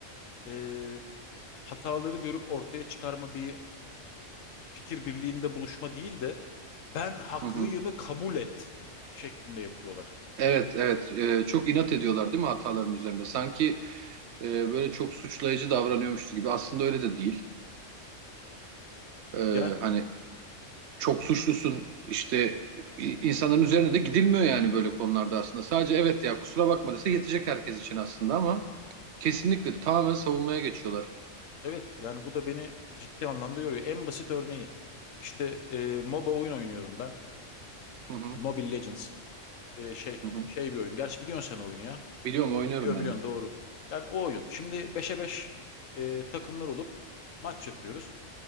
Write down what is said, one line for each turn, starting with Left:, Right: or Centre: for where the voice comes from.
Left: e, hataları görüp ortaya çıkarma bir fikir birliğinde buluşma değil de ben haklıyımı
Right: Hı hı.
Left: kabul et şeklinde yapıyorlar.
Right: Evet, evet. Ee, çok inat ediyorlar değil mi hataların üzerinde? Sanki e, böyle çok suçlayıcı davranıyormuşuz gibi. Aslında öyle de değil. Ee,
Left: Yani
Right: hani çok suçlusun işte i- insanların üzerine de gidilmiyor yani böyle konularda aslında. Sadece evet ya kusura bakma dese yetecek herkes için aslında ama kesinlikle tamamen savunmaya geçiyorlar.
Left: evet yani bu da beni ciddi anlamda yoruyor. En basit örneği işte e, MOBA oyun oynuyorum ben.
Right: Hı hı,
Left: Mobile Legends E, şey
Right: hı hı.
Left: şey bir oyun. Gerçi biliyorsun sen oyunu ya.
Right: Biliyorum oynuyorum
Left: Biliyorum
Right: ben
Left: biliyorsun
Right: de.
Left: doğru. Yani o oyun. Şimdi beşe 5 e, takımlar olup maç yapıyoruz.